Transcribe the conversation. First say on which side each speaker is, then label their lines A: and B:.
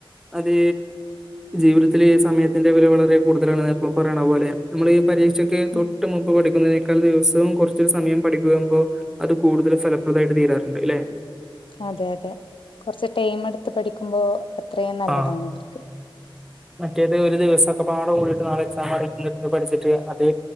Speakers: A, in the centre; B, on the left.
A: അത് ജീവിതത്തിലീ സമയത്തിന്റെ വില വളരെ കൂടുതലാണ് എപ്പളും പറയണ പോലെ നമ്മളീ പരി ഉച്ചക്ക് തൊട്ടുമുമ്പ്
B: ഉം
A: പഠിക്കുന്ന ദിവസവും കുറച്ചൊരു സമയം പഠിക്കുമ്പോ അത് കൂടുതൽ ഫലപ്രദായിട്ട് തീരാറുണ്ട് ഇല്ലേ
B: അതെ അതെ കൊറച്ച് ടൈമെടുത്ത് പഠിക്കുമ്പോ അത്രയും നല്ലതാണവർക്ക്
A: ആ മറ്റേത് ഒരു ദിവസൊക്കെ പാടകൂടിട്ട് നാളെ എക്സാമിനിരുന്ന് പഠിച്ചിട്ട് അത്